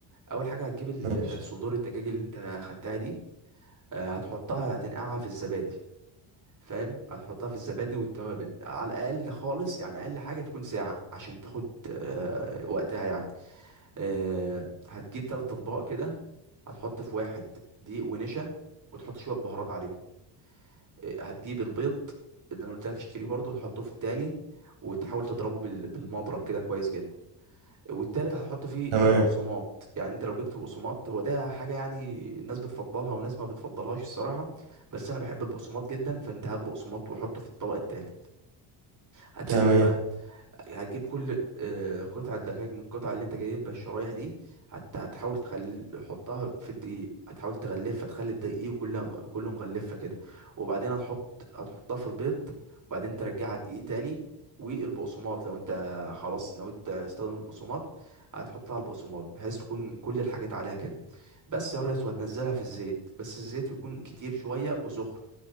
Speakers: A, on the right; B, on the right.
A: اول حاجه هتجيب ال-
B: ماشي.
A: صدور الدجاج اللي انت خدتها دي آه، هتحطها هتنقعها في الزبادي فاهم هتحطها في الزبادي والتوابل على الاقل خالص يعني اقل حاجه تكون ساعه عشان تاخد آه، وقتها يعني آه، هتجيب تلات اطباق كده هتحط في واحد دقيق ونشا وتحط شويه بهارات عليهم آه، هتجيب البيض اللي انا قلت لك اشتريه برضه تحطه في التاني وتحاول تضربه بال- بالمضرب كده كويس جدا والتالت هتحط فيه
B: تمام
A: البقسماط يعني انت لو جبت بقسماط هو ده حاجه يعني الناس بتفضلها وناس ما بتفضلهاش الصراحه بس انا بحب البقسماط جدا فانت هات بقسماط وحطه في الطبق التالت هتعمل
B: تمام
A: ايه بقى هتجيب كل آه، قطعة دجاج من القطعة اللي انت جايبها الشرايح دي حتى هتحاول تخل... حطها في الدقيق هتحاول تغلفها تخلي الدقيق كله كله مغلفة كده وبعدين هتحط هتحطها في البيض وبعدين ترجعها الدقيق تاني والبقسماط لو انت خلاص ناوي تستخدم البقسماط هتحطها على البقسماط بحيث تكون كل الحاجات عليها كده بس يا ريس وهتنزلها في الزيت بس الزيت يكون كتير شوية وسخن